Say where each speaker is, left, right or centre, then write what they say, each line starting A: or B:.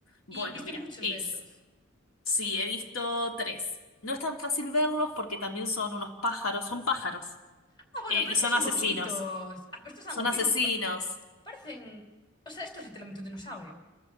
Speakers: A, on the left; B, on the left.
A: bueno,
B: Y viste
A: mira,
B: muchos
A: es.
B: de esos.
A: Sí, he visto tres. No es tan fácil verlos porque también son unos pájaros, son pájaros.
B: Ah, bueno,
A: eh,
B: pero
A: y
B: estos
A: son
B: son
A: asesinos.
B: bonitos. Ah, pero estos son
A: Son
B: guapísimos.
A: asesinos.
B: Pa- parecen. O sea, esto es literalmente un dinosaurio.